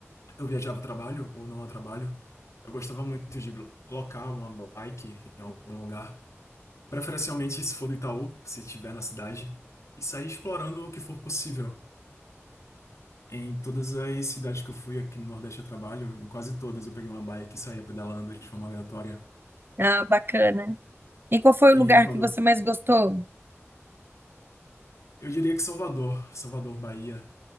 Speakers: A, on the left (about 80°); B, on the right (about 50°).
A: eu viajava a trabalho ou não a trabalho, eu gostava muito de locar uma bike em algum lugar, preferencialmente se for do Itaú, se tiver na cidade, e sair explorando o que for possível. Em todas as cidades que eu fui aqui no Nordeste a trabalho, em quase todas eu peguei uma bike e saía pedalando de forma aleatória.
B: Ah, bacana. E qual foi o
A: E
B: lugar
A: quando
B: que você mais gostou?
A: Eu diria que Salvador, Salvador, Bahia.